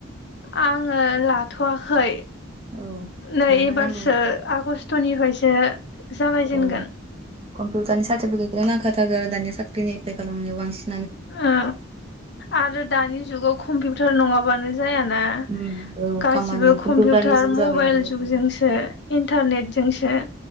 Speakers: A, on the left; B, on the right.
A: आङो लाथ'वाखै
B: औ
A: नै
B: लानो
A: एबारसो
B: नांगौ
A: आगस्टनिफ्रायसो जागायजेनगोन
B: औ कम्पिउटारनि सार्टिफिकेटखौ नांखाथारगो दानिया साख्रिनि एपलाइ खालामनायाव बांसिन
A: औ आरो दानि जुगाव कम्पिउटार नङाबानो जायाना
B: उम, औ
A: गासिबो
B: खामानियानो
A: कम्पिउटार
B: कम्पिउटारनि जुग
A: मबाइल
B: जाबाय आरो उम,
A: जुगजोंसो इन्टारनेटजोंसो